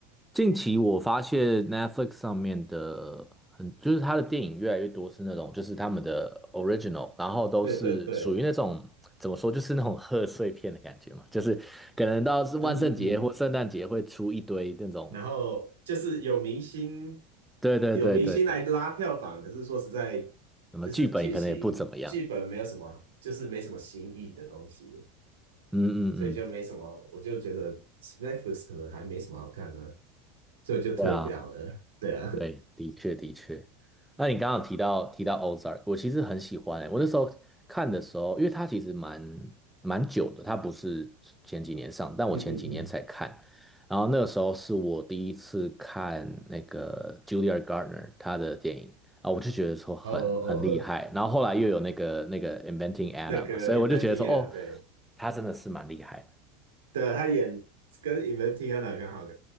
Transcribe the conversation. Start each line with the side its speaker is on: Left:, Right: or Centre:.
Centre: 近期我发现 Netflix 上面的很，就是它的电影越来越多是那种，就是他们的 original，然后都是属于那种怎么说，
Right: <laughs> 对对对，
Centre: 就是那种贺岁片的感觉嘛，就是可能到是万圣节或圣诞节会出一堆那种，
Right: 嗯嗯嗯。然后就是有明星
Centre: 对对对对对，
Right: 有明星来拉票房，可是说实在，
Centre: 那么剧本可能也不怎么样，
Right: 就是剧情剧本没有什么，就是没什么新意的东西，
Centre: 嗯嗯嗯，
Right: 所以就没什么，我就觉得 Netflix 可能还没什么好看的，所以我就退掉了。
Centre: 对啊。
Right: 对啊，
Centre: 对，的确的确。那你刚刚有提到提到 Ozark，我其实很喜欢欸，我那时候看的时候，因为它其实蛮蛮久的，它不是前几年上，
Right: <laughs>
Centre: 但我前几年才看。
Right: 嗯嗯嗯，
Centre: 然后那个时候是我第一次看那个 Julia Garner d 她的电影啊，我就觉得说很很厉害。
Right: 哦哦。
Centre: 然后后来又有那个那个 Inventing Anna
Right: 那个
Centre: 嘛，所以我就觉得说哦，
Right: Inventing Anna 对
Centre: 她真的是蛮厉害的。
Right: 的，他演跟 Inventing Anna 刚好